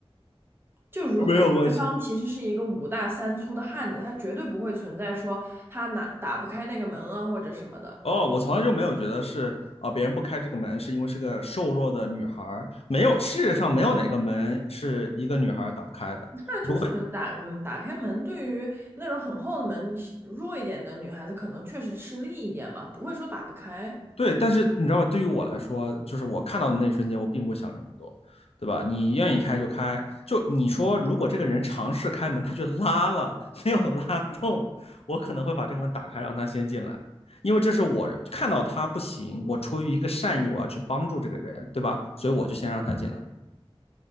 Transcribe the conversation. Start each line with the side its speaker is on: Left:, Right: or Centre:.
Right: 就如果对方其实是一个五大三粗的汉子，
Left: 没有关系。
Right: 他绝对不会存在说他哪打不开那个门啊或者什么的，
Left: 哦，我从来就没有觉得是啊，别人不开这个门是因为是个瘦弱的女孩儿，没有，世界上没有哪个门是一个女孩儿打不开的。
Right: 那就是打嗯打开门，
Left: 如果
Right: 对于那种很厚的门弱一点的女孩子，可能确实吃力一点嘛，不会说打不开。
Left: 对，但是你知道吧，对于我来说，就是我看到的那一瞬间，我并不想这么多，对吧？你愿意开就开，就你说，如果这个人尝试开门，他却拉了，没有拉动，我可能会把这个门打开，让他先进来。因为这是我看到他不行，我出于一个善意，我要去帮助这个人，对吧？所以我就先让他进来。